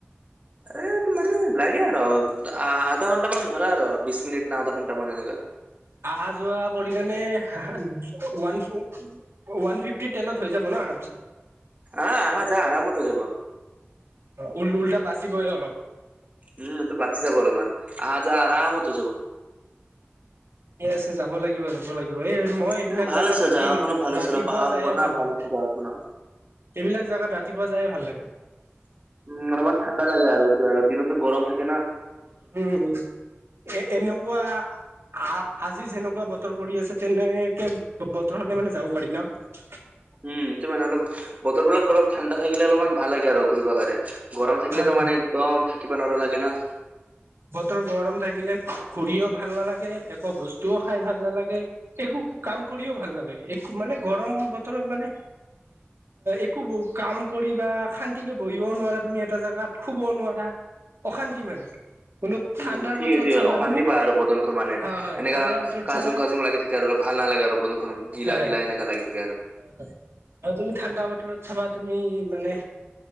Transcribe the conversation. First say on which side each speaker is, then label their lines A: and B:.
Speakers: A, on the right (about 35°); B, on the right (about 75°).
A: এ, মানে লাগে আৰু আধা ঘণ্টা মান ধৰা আৰু বিশ মিনিট <unintelligible> আধা <unintelligible> <unintelligible> মান এনেকা।
B: অহা-যোৱা কৰি কেনে ওৱান ওৱান ফিফটি তেলত হৈ যাব ন আৰামচে?
A: অ, আহ-যোৱা আৰামত হৈ যাব।
B: অ, উল-উলতা বাচিবই অলপ।
A: উম, এতো বাচি যাব অলপমান, আহা-যাৱা আৰামত হৈ যাব।
B: ঠিকে আছে যাব লাগিব <unintelligible> লাগিব, এই মই এইবিলাক
A: উম ভাল
B: জেগাত
A: আছে
B: ৰাতি
A: জাগাখনো ভাল
B: ৰাতিপুৱা
A: আছে অলপ পাহাৰ
B: যায়ে
A: ওপৰত না
B: ভাল পাওঁ।
A: আছে জাগাখনো।
B: এইবিলাক জেগাত ৰাতিপুৱা যায়ে ভাল লাগে।
A: উম, অলপমান ঠাণ্ডা লাগে আৰু <unintelligible> দিনতো গৰম থাকে ন।
B: উম, এ-এনেকুৱা আ-আজি যেনেকুৱা বতৰ কৰি আছে তেনেকে বতৰ হলে মানে যাব পাৰি ন?
A: উম, এটো মানে অলপ বতৰ বিলাক অলপ ঠাণ্ডা থাকিলে অলপমান ভাল লাগে আৰু ঘূৰিব কাৰনে। গৰম থাকিলেতো
B: হয়
A: মানে একদম থাকিব নৰ লাগে না।
B: বতৰ গৰম থাকিলে ঘূৰিও ভাল নালাগে, একো বস্তুও খাই ভাল নালাগে। একো কাম কৰিও ভাল নালাগে, একো মানে গৰম বতৰত মানে একো কাম কৰি বা শান্তিকে বহিবও নোৱাৰা তুমি এটা জাগাত শুবও নোৱাৰা, অশান্তি মানে। কিন্তু
A: উম,
B: ঠাণ্ডাৰ
A: <unintelligible>
B: বতৰত চাবা
A: অশান্তি
B: তুমি
A: পায় আৰু বদন <unintelligible> মানে
B: হয় হয়
A: এনেকা
B: ঠাণ্ডা বতৰত
A: কাজুং
B: চাবা
A: কাজুং লাগি থাক <inaudible> আৰু ভাল নালাগে আৰু <unintelligible> খন গিলা
B: হয়
A: গিলা এনেকা লাগি থাকে আৰু।
B: হয়, হয়, আৰু তুমি ঠাণ্ডা বতৰত চাবা তুমি মানে